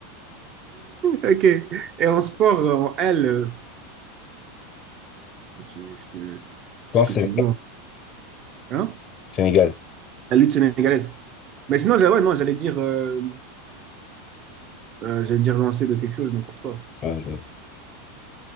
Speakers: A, on the right (about 40°); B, on the left (about 35°).
A: Ok. Et en sport, en L, euh, tu- je te-
B: pense
A: ce que tu veux, hein?
B: Sénégal.
A: La lutte sénégalaise. Mais sinon, j'allais- ouais, non, j'allais dire, euh, euh, j'allais dire lancer de quelque chose, n'importe quoi.
B: Ah, je-